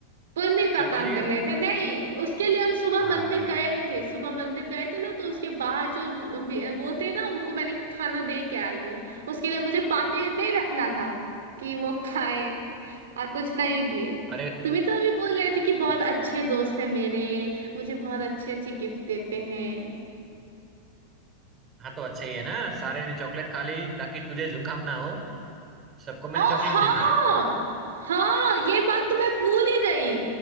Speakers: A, on the right (about 60°); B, on the right (about 25°).
A: पुण्य का
B: समझ
A: काम
B: रही
A: कर
B: है
A: रहे
B: तू
A: थे नहीं उसके लिए हम सुबह
B: हाँ
A: मंदिर गए थे सुबह मंदिर गए थे ना तो उसके बाहर जो लंबी- वो थे ना उनको मैंने खाना दे के आई हूँ उसके लिए मुझे पाते नहीं रखना था कि वो खाए और कुछ नहीं दिए
B: अरे
A: तुम ही तो अभी बोल रहे थे कि बहुत
B: वो-
A: अच्छे दोस्त हैं मेरे मुझे बहुत अच्छे अच्छे गिफ्ट देते हैं
B: हाँ तो अच्छा ही है ना सारे ने चॉकलेट खा ली ताकि तुझे जुकाम ना हो सबको मैंने
A: ओ
B: चॉकलेट
A: हाँ
B: दे दी है
A: हाँ ये बात तो मैं भूल ही गई